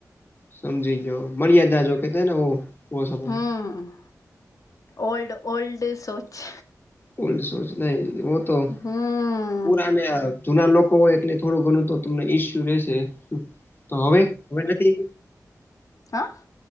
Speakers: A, on the left; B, on the left.
A: સમજી ગયો. મર્યાદા જો કેહતે હેના વો વો સમય
B: હમ ઓલ્ડ ઓલ્ડ સોચ
A: ઓલ્ડ સોચ નહી વો તો
B: હમ
A: પુરાને અ જૂના લોકો હોય એટલે થોડું ઘણું તો તમને ઈસ્યુ રહેેશે. તો હવે હવે નથી?
B: હહ?